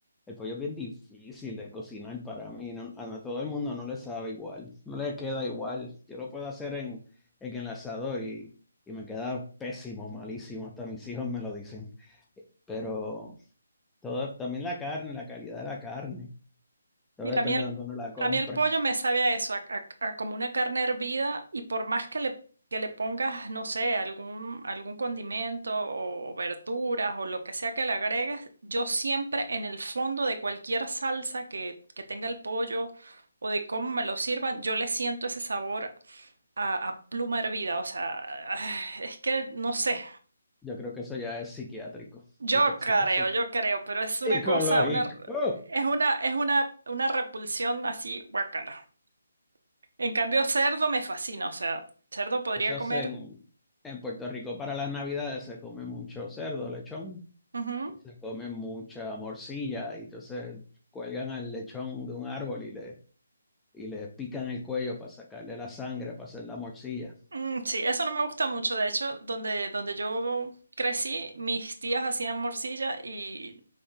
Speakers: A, in the centre; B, on the right.
A: El pollo es bien difícil de cocinar para mí, no- a a todo el mundo no le sabe igual, no le queda igual. Yo lo puedo hacer en, en el asador y, y me queda pésimo, malísimo, hasta mis hijos me lo dicen. Pero todo, también la carne, la calidad de la carne, todo
B: Mira,
A: depende
B: a mí el,
A: de dónde uno la compre.
B: a mí el pollo me sabe a eso, a, a- a como una carne hervida y por más que le, que le pongas, no sé, algún, algún condimento o verduras o lo que sea que le agregues, yo siempre en el fondo de cualquier salsa que, que tenga el pollo o de cómo me lo sirvan, yo le siento ese sabor a, a pluma hervida, o sea, <sighs> es que no sé,
A: Yo creo que eso ya es psiquiátrico,
B: yo
A: psico-
B: creo,
A: psico- psico-
B: yo creo, pero es una
A: psicológico.
B: cosa, una,
A: ¡Uh!
B: es una, es una, una repulsión así, guacala. En cambio, cerdo me fascina, o sea, cerdo podría
A: Eso
B: comer.
A: es en, en Puerto Rico para las Navidades se come mucho cerdo, lechón.
B: Ujú.
A: y se comen mucha morcilla y entonces cuelgan al lechón de un árbol y le, y le pican el cuello para sacarle la sangre, para hacer la morcilla.
B: Mm, sí, eso no me gusta mucho. De hecho, donde, donde yo crecí, mis tías hacían morcilla y